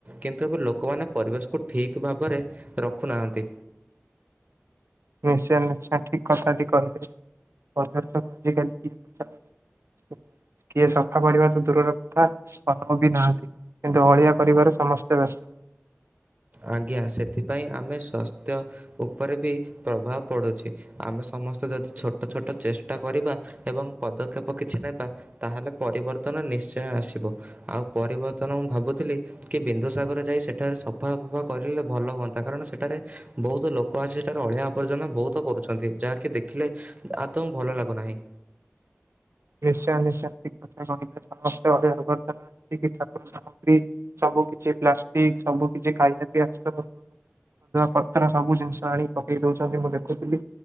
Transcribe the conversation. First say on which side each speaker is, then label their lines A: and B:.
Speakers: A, on the right; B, on the right.
A: କିନ୍ତୁ ଏବେ ଲୋକମାନେ ପରିବେଶକୁ ଠିକ୍ ଭାବରେ ରଖ ଖୁନାହାନ୍ତି।
B: ନିଶ ନିଶ ଠିକ କଥାଟି କହିଲେ, ପରିବାର ସ ଆଜିକାଲି କିଏଚଛି। କିଏ ସଫା କରିବା ତ ଦୂର ରତା ଅନ ବି ନାହାନ୍ତି। କିନ୍ତୁ ଅଳିଆ କରିବାରେ ସମସ୍ତେ ବ୍ୟସ୍ତ।
A: ଆଜ୍ଞା ସେଥିପାଇଁ ଆମେ ସ୍ଵସ୍ଥ୍ୟ ଉପରେ ବି ପ୍ରଭାବ ପଡ଼ୁଛି। ଆମେ ସମସ୍ତେ ଯଦି ଛୋଟ ଛୋଟ ଚେଷ୍ଟା କରିବା ଏବଂ ପଦକ୍ଷେପ କିଛି ନେବା ତାହେଲେ ପରିବର୍ତ୍ତନ ନି୍ଚୟ ଆସିବ। ଆଉ ପରିବର୍ତ୍ତନ ମୁଁ ଭାବୁଥିଲି କି ବିନ୍ଦୁସାଗର ଯାଇ ସେଠାରେ ଫଫା ଫଫା କରେ ଭଲ ହୁଅନ୍ତା କାରଣ ସେଠାରେ ବହୁତ ଲୋକ ଆସି ସେଠାରେ ଅଳିଆ ଆବର୍ଜନା ବହୁତ କରୁଛନ୍ତି। ଯାହାକି ଦେଖିଲେ ଆଦୌ ଭଲ ଲାଗୁନାହିଁ।
B: ନିଶ୍ଚୟ ନିଶ୍ଚୟ। <unintelligible> ସବୁ କିଛି ପ୍ଲାଷ୍ଟିକ ସବୁ କିଛି ଖାଇବା ପି ଆସି ତ ପଥର ସବୁ ଜିନିଷ ଆଣି ପକେଇ ଦଉଛନ୍ତି ମୁଁ ଦେଖୁଥିଲି।